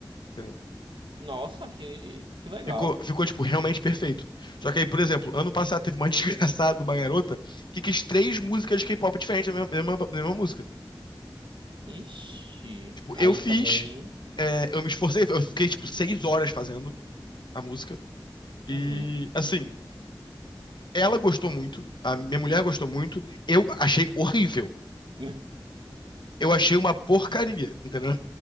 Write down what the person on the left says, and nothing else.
entendeu?
Ficou, ficou, tipo, realmente perfeito. Só que aí, por exemplo, ano passado teve uma <laughs> desgraçada, de uma garota, que quis três músicas de K-pop diferentes da mesma, da mesma- da mesma música.
Tipo,
eu fiz,
é, eu me esforcei, eu fiquei, tipo, seis horas fazendo a música.
E, assim, ela gostou muito, a minha mulher gostou muito, eu achei horrível.
Eu achei uma porcaria, entendeu?